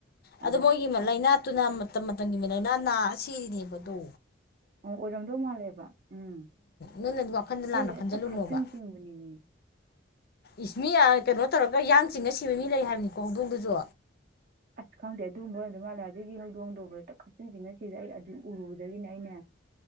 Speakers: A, on the left; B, on the right.
A: ꯑꯗꯨ
B: ꯑꯗ
A: ꯃꯣꯏꯒꯤ
B: ꯑ
A: ꯂꯥꯏꯅꯥꯇꯨꯅ ꯃꯇꯝ ꯃꯇꯝꯒꯤ ꯂꯥꯏꯅꯥ ꯅꯥꯔ ꯁꯤꯔꯤꯅꯦꯕꯗꯣ
B: ꯑꯣ ꯑꯣꯏꯔꯝꯗꯧ ꯃꯥꯜꯂꯦꯕ ꯎꯝ
A: ꯅꯣꯏꯅꯗꯤ ꯋꯥꯈꯟꯗ
B: ꯍꯣꯏ
A: ꯂꯥꯟꯅ
B: ꯍꯦꯛꯇ
A: ꯈꯟꯖꯜꯂꯨꯅꯣꯕ
B: ꯈꯞꯆꯤꯡ ꯆꯤꯡꯕꯅꯦ ꯃꯤ <inaudible>
A: ꯏꯁ ꯃꯤ ꯀꯩꯅꯣ ꯇꯧꯔꯒ ꯌꯥꯡ ꯆꯤꯡꯉ ꯁꯤꯕ ꯃꯤ ꯂꯩ ꯍꯥꯏꯕꯅꯤꯀꯣ ꯍꯧꯗꯣꯡꯗꯁꯨ
B: ꯑꯁ ꯈꯪꯗꯦ ꯑꯗꯨꯒꯨꯝꯕ ꯑꯣꯏꯔꯝꯗꯧ ꯃꯥꯂꯦ ꯑꯗꯒꯤ ꯍꯧꯗꯣꯡꯗꯨ ꯎꯔꯨꯕꯗ ꯈꯞꯆꯤꯡ ꯆꯤꯡꯑ ꯁꯤ ꯑꯩ ꯑꯗꯨ ꯎꯔꯨꯕꯗꯒꯤꯅꯦ ꯑꯩꯅꯦ